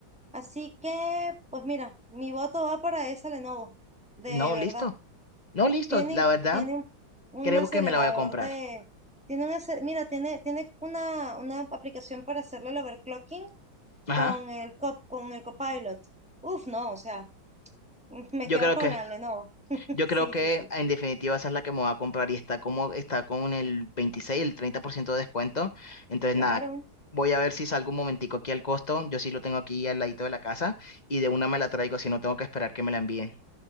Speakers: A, in the centre; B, on the left.
A: Así que, pues mira, mi voto va para esa Lenovo, de
B: No,
A: verdad.
B: listo. No, listo.
A: Tienen,
B: La verdad,
A: tiene un un
B: creo
A: acelerador
B: que me la voy a comprar.
A: de, tiene un se- mira, tiene, tiene una, una aplicación para hacerle el overclocking
B: Ajá.
A: con el, co- con el Copilot. Uf, no, o sea, <laughs> me
B: Yo
A: quedo
B: creo
A: con
B: que.
A: la Lenovo. <laughs>
B: Yo
A: Sí,
B: creo que
A: sí, sí,
B: en definitiva esa es la que me va a comprar y está como está con el 26, el 30% de descuento. Entonces
A: claro.
B: nada, voy a ver si salgo un momentico aquí al costo. Yo sí lo tengo aquí al ladito de la casa y de una me la traigo, así no tengo que esperar que me la envíen.